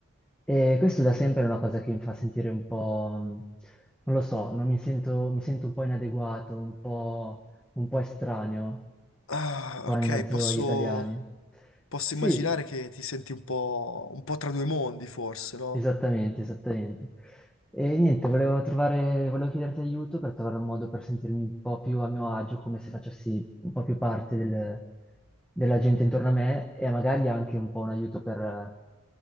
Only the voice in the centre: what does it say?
E questo da sempre è una cosa che mi fa sentire un po', mh, non lo so, non mi sento, mi sento un po' inadeguato, un po', un po' estraneo
qua
in mezzo
agli italiani.
Sì,
Esattamente, esattamente. E niente, volevo trovare, volevo chiederti aiuto per trovare un modo per sentirmi un po' più a mio agio, come se facessi un po' più parte del- della gente intorno a me e magari anche un po' un aiuto per,